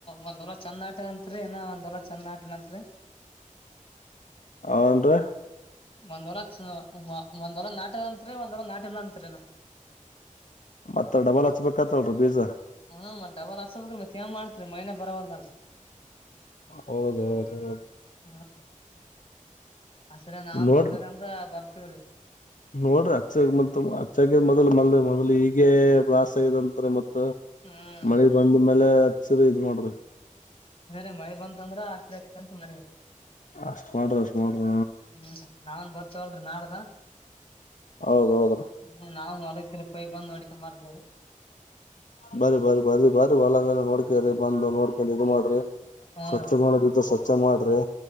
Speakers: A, on the left (about 40°); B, on the left (about 65°).
A: ಒಂದ್ ಹೋಲ ಚಂದ ನಾಟವಂತರಿ ರೀ ಹೀನ ಒಂದ್ ಹೊಲ. ಚಂದ ನಾಟಿಲಂತರಿ.
B: ಅವುನ್ರಿ
A: ಒಂದ ಹೂಲ ಚ ವ ಒಂದ್ ಹೂಲ ನಾಟ್ಯದ ಅಂತ್ರೀ ಒಂದ್ ಹೂಲ ನಾಟಿಲ್ಲ ಅಂತರಿನ.
B: ಮತ್ತ ಡಬಲ್ ಹಚ್ಬೇಕತ್ತಲ್ರರಿ ಬೀಜಾ.
A: ಹ್ಮ ಮತ್ತ ಡಬಲ್ ಹಸಬೇಕ್ರೀ ಮತ್ ಏನ್ ಮಾಡ್ತ್ರಿ ಮಳಿನೆ ಬರವಲ್ದಲ್ರಿ.
B: ಹೌದೌದೌದು
A: ಹ ಹ ಸರಿ ನಾನ್
B: ನೋಡ್
A: ಬಂದ್ರಕ್ಕಂತ ಬರ್ತ. <unintelligible>
B: ನೋಡ್ರಿ ಅಚ್ಚಾಗಿ ಮತ್ ಅಚ್ಚಾಗ ಮೊದ್ ಮೊ ಮೊದ್ಲು ಈಗೆ ವಾಸ <unintelligible> ಮತ್
A: ಹ್ಮ್
B: ಮಳೆ ಬಂದ ಮೇಲೆ ಸರಿ ಮಾಡ್ರಿ.
A: ಬೇರೆ ಮಳೆ ಬಂತ ಅಂದ್ರ ಹಚಂತ ಮಾಡಿವ.
B: ಅಷ್ಟ್ ಮಾಡ್ರಿ ಅಷ್ಟ್ ಮಾಡ್ರಿ
A: ಹ್ಮ್ ನಾವನ್ ಬರ್ತವಲ್ರಿ ನಾಡದ
B: ಹೌದೌದ್ರಿ
A: ಹ್ಮ ನಾವನ್ ಒಳಗ್. <unintelligible>
B: ಬರಿ ಬರಿ ಬರಿ ಬರ ಒಳಲ್ಲ ನೋಡ್ ಬರೆ ಬಂದು ನೋಡ್ಕೊಂಡು ಇದು ಮಾಡ್ರಿ
A: ಹಾ
B: ಸ್ವಚ್ಛ
A: ರೀ
B: ಮಾಡುದ ಸ್ವಚ್ಛ ಸ್ವಚ ಮಾಡ್ರಿ.